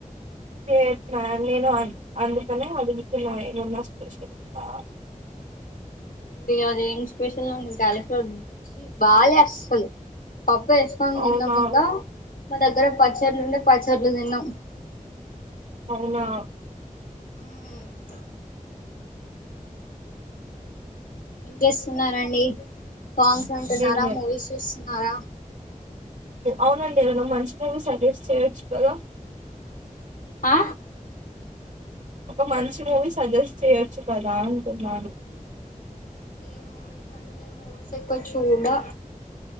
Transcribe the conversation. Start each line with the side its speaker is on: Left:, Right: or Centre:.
Right: <unintelligible> అందుకనే అడుగుతున్న ఎమన్నా స్పెషలా అని
Left: అదేం స్పెషల్ అండి కాలిఫ్లవర్ <unintelligible> బాలా అసలు పప్పు ఏసుకొని
Right: అవునా
Left: తిన్నాం ఇంకా మా దగ్గర పచ్చర్లుండే పచ్చర్లు తిన్నాం
Right: అవునా
Left: ఉమ్ ఏం చేస్తున్నారండి సాంగ్స్ వింటున్నారా
Right: ఏం లేదు
Left: మూవీస్ చూస్తున్నారా
Right: అవునండి ఏమైనా మంచి మూవీస్ సజెస్ట్ చేయొచ్చు కదా
Left: ఆ
Right: ఒక మంచి మూవీ సజెస్ట్ చేయొచ్చు కదా అంటున్నాను.
Left: ఈ మూవీస్ అండి నేను మూవీస్ ఎక్కువ చూడా